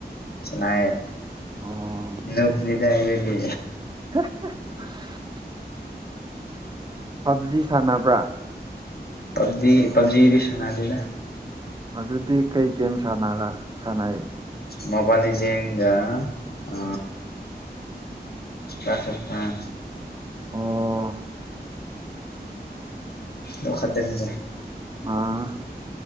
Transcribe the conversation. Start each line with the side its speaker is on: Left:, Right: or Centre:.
Left: ꯅꯥ
Right: ꯑꯣ
Left: ꯅꯨ ꯂꯤꯗꯗꯤ
Right: <inaudible> ꯄꯞꯖꯤ ꯁꯥꯟꯅꯕ꯭ꯔꯥ
Left: ꯄꯕꯖꯤ ꯄꯕꯖꯤꯤꯗꯤ ꯁꯅꯗꯗ
Right: ꯑꯗꯨꯗꯤ ꯀꯩ ꯒꯦꯝ ꯁꯥꯟ ꯁꯥꯟꯅꯩ
Left: ꯃꯣꯕꯥꯏꯜ ꯒ ꯑ ꯀꯥꯥꯁꯊꯥꯟ
Right: ꯑꯣ
Left: ꯑꯣ ꯈꯇꯅꯤ
Right: ꯑꯥ